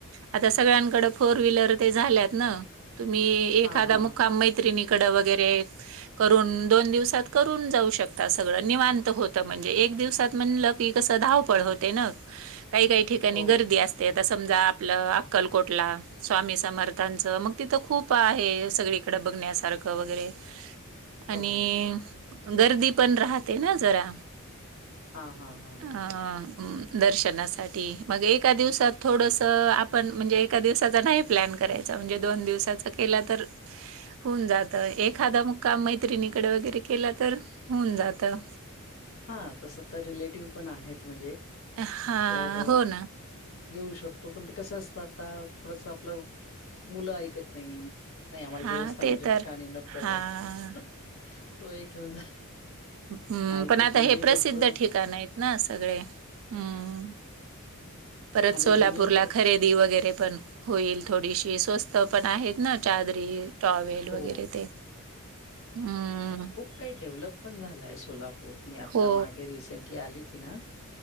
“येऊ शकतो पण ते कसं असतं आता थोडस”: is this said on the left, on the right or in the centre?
Left